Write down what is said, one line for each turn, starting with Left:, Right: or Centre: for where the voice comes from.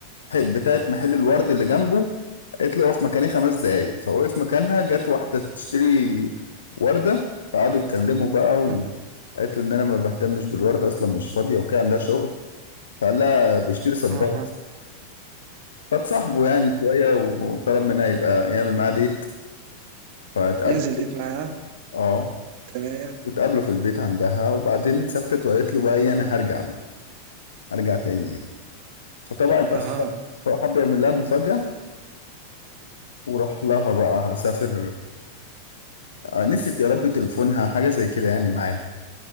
Left: بتاعة محل الورد اللي جنبه قالت له اقف مكاني خمس دقايق فوقف مكانها جت واحدة تشتري وردة فقعدوا يتكلموا بقى وقالت
Right: اها
Left: له إن أنا ما بهتمش بالوردة أصلا مش فاضية وكده عندها شغل فقال لها بيشتري صباح
Right: اها
Left: فاتصاحبوا يعني شوية وطلب منها يبقى يعمل معاها ديت فتقابلوا
Right: ينزل ديت معاها
Left: اه
Right: تمام
Left: وتقابلوا في البيت عندها وبعدين سافرت وقالت له بقى إيه أنا هرجع هرجع تاني يعني فطبعا اتأخرت
Right: اها
Left: فهو حب يعمل لها مفاجأة وراح لها بقى هسافر آه، نسيت يا ربي تليفونها حاجة زي كده يعني معاه